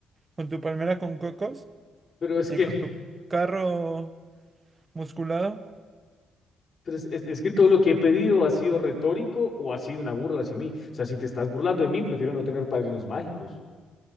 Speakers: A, on the right (about 30°); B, on the left (about 45°).
A: ¿Con tu palmera con cocos?
B: pero es
A: ¿Y
B: que,
A: con
B: <laughs>
A: tu carro musculado?
B: pero es, es- es que todo lo que he pedido ha sido retórico o ha sido una burla hacia mí. O sea, si te estás burlando de mí, prefiero no tener padrinos mágicos.